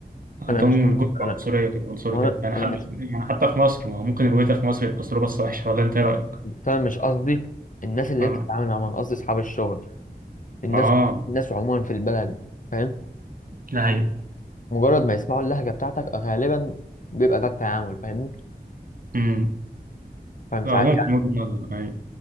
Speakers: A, on the right; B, on the left.
A: عندهم
B: انا مش
A: جزء
B: انا
A: عنصرية كده عنصري
B: انا
A: كده يعني حتى
B: انا مش
A: يعني حتى في مصر ما هو ممكن الويتر في مصر يبص له بصة وحشة ولا أنت إيه رأيك؟
B: بس انا مش قصدي الناس اللي
A: آه
B: انت بتتعامل معاهم انا قصدي اصحاب الشغل الناس
A: آه
B: الناس عموما في البلد فاهم
A: ده هي
B: مجرد ما يسمعوا اللهجة بتاعتك غالبا بيبقى ده التعامل فاهمني
A: أمم
B: فمش
A: آه
B: عارف
A: ممكن
B: يعني
A: وجهة نظر هي